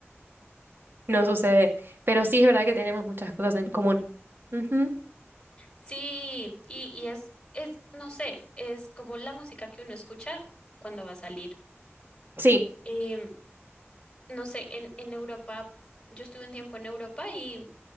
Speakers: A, on the right (about 50°); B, on the left (about 15°).
A: no sucede, pero sí es verdad que tenemos muchas cosas en común. Ujú.
B: Sí, y, y es, es, no sé, es como la música que uno escucha cuando va a salir.
A: Sí.
B: Em, no sé, en, en Europa, yo estuve un tiempo en Europa y